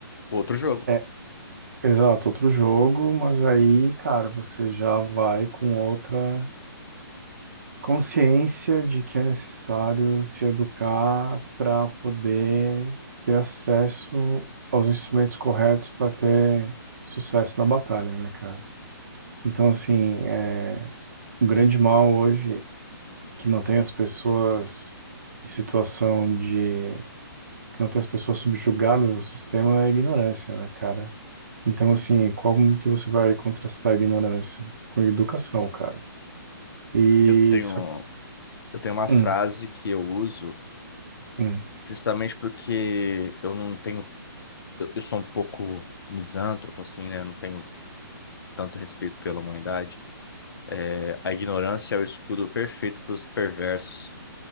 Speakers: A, on the left; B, on the right.
A: Outro jogo.
B: É, exato, outro jogo, mas aí, cara, você já vai com outra consciência de que é necessário se educar para poder ter acesso aos instrumentos corretos para ter sucesso na batalha, né, cara? Então, assim, é, o grande mal hoje que mantém as pessoas em situação de... que mantém as pessoas subjugadas ao sistema é a ignorância, né, cara? Então, assim, como que você vai contrastar a ignorância? Com a educação, cara. E
A: Eu tenho,
B: só que...
A: eu tenho uma
B: Hum,
A: frase que eu uso
B: hum.
A: justamente porque eu não tenho. Eu, eu sou um pouco misântropo, assim, né? Eu não tenho tanto respeito pela humanidade. É, A ignorância é o escudo perfeito para os perversos.